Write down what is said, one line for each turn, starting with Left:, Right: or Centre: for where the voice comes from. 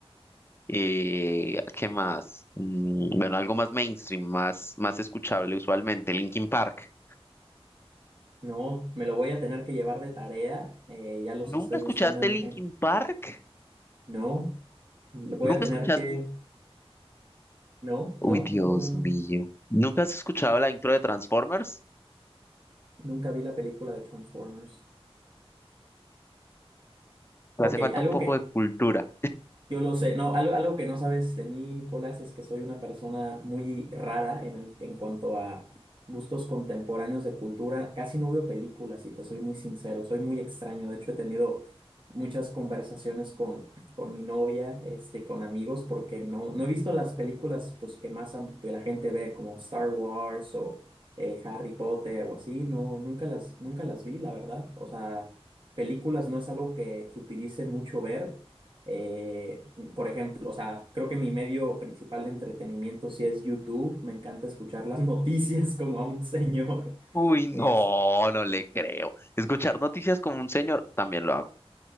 Left: Eh, ¿qué más? Mm, bueno, algo más mainstream, más, más escuchable usualmente, Linkin Park.
Right: No, me lo voy a tener que llevar de tarea. eh, ya los
Left: ¿Nunca
Right: estoy
Left: escuchaste
Right: buscando en,
Left: Linkin
Right: en-
Left: Park?
Right: No, lo voy
Left: ¿Nunca
Right: a tener
Left: escuchaste?
Right: que... No,
Left: Uy,
Right: no,
Left: Dios
Right: no, no, no.
Left: mío. ¿Nunca has escuchado la intro de Transformers?
Right: Nunca vi la película de Transformers.
Left: Te
Right: Ok,
Left: hace falta
Right: algo
Left: un poco
Right: que,
Left: de cultura.
Right: Yo lo sé, no, algo, algo que no sabes de mí, Nicolás, es que soy una persona muy rara en el, en cuanto a gustos contemporáneos de cultura. Casi no veo películas, y te soy muy sincero, soy muy extraño. De hecho, he tenido muchas conversaciones con, con mi novia, este, y con amigos, porque no, no he visto las películas pues, que más am- que la gente ve, como Star Wars o eh, Harry Potter o así. No, nunca las, nunca las vi, la verdad. O sea, películas no es algo que, que utilice mucho ver. Eh, por ejemplo, o sea, creo que mi medio principal de entretenimiento sí es YouTube. Me encanta escuchar las <laughs> noticias como a un señor.
Left: Uy, no,
Right: Eh, así-
Left: no le creo. Escuchar noticias como un señor, también lo hago.